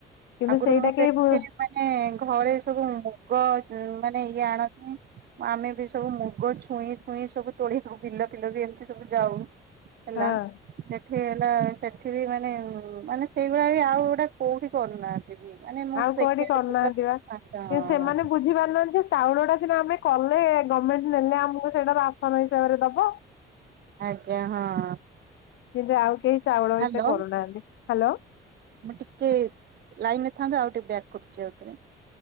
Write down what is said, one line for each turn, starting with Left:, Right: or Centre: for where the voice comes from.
Left: କିନ୍ତୁ
Right: ଆଗରୁ
Left: ସେଇଟା
Right: ମୁ <unintelligible>
Left: କେହି ଭୁ
Right: ମାନେ ଘରେ ସବୁ ମୁଗ ଅ ମାନେ ଇଏ ଆଣନ୍ତି ଆମେ ବି ସବୁ ମୁଗ ଛୁଇଁ ଫୁଇଁ ସବୁ ତୋଳି ପକେଇଲୁ। ଡ଼ାକିଲେ ବି ଏମତି ସବୁ ଯାଉ ହେଲା
Left: ହଁ
Right: ସେଠି ହେଲା ସେଠି ବି ମାନେ ମାନେ ସେଇଭଳିଆ ବି ଆଉ ଗୋଟା କୋଉଠି କରୁନାହାନ୍ତି ବି। ମାନେ ମୁଁ
Left: ଆଉ କୋଉଠି
Right: ଦେଖିବାରେ
Left: କରୁନାହାନ୍ତି
Right: ବିଲ ଫିଲ
Left: ବା।
Right: ଫାଙ୍କା
Left: କି ସେମାନେ
Right: ହଁ
Left: ବୁଝି ପାରୁନାହାନ୍ତି ଚାଉଳ ଟା ସିନା ଆମେ କଲେ ଗଭର୍ଣ୍ଣମେଣ୍ଟ ନେଲେ ଆମକୁ ସେଇଟାର ଆସନ ହିସାବରେ ଦବ।
Right: ଆଜ୍ଞା ହଁ।
Left: କିନ୍ତୁ ଆଉ କେହି ଚାଉଳ
Right: ହ୍ୟାଲୋ
Left: ଏତେ କରୁନାହାନ୍ତି। ହ୍ୟାଲୋ
Right: ମୁଁ ଟିକେ ଲାଇନରେ ଥାନ୍ତୁ ଆଉ ଟିକେ ବ୍ୟାକ୍ କରୁଛି ଆଉଥିରେ।